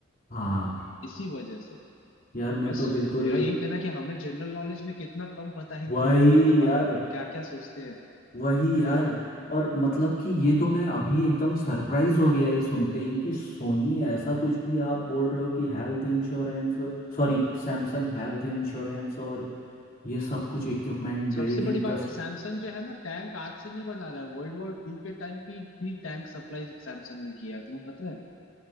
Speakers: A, on the left; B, on the left.
A: हाँ
B: इसी वजह से
A: यार मैं
B: बस
A: तो बिल्कुल
B: मेरा यही कहना है कि हमें जनरल नॉलेज में कितना कम पता है इन
A: वही
B: कंपनियों के
A: यार
B: बारे में हम क्या क्या सोचते हैं
A: वही यार और मतलब कि ये तो मैं अभी एकदम सरप्राइज हो गया ये सुनते ही कि सोनी ऐसा कुछ भी आप बोल रहे हो कि health insurance sorry Samsung health insurance और ये सब कुछ इक्विपमेंट बिल्डिंग
B: सबसे बड़ी बात
A: कस्ट
B: है सैमसंग जो है ना टैंक आज से नहीं बना रहा है वर्ल्ड वॉर टू के टाइम भी, भी टैंक सप्लाई सैमसंग ने किया है तुम्हें पता है